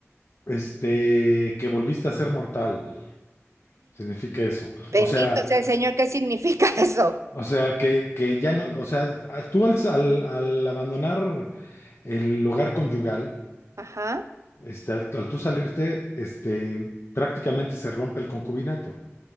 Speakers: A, on the left (about 60°); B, on the right (about 80°).
A: este, que volviste a ser mortal, significa eso.
B: Bendito
A: O sea,
B: sea el Señor, ¿qué significa <laughs> eso?
A: o sea, que, que ya no, o sea, tú al, al al abandonar el hogar conyugal,
B: Ajá.
A: Este, al, al tú salirte, este, prácticamente se rompe el concubinato.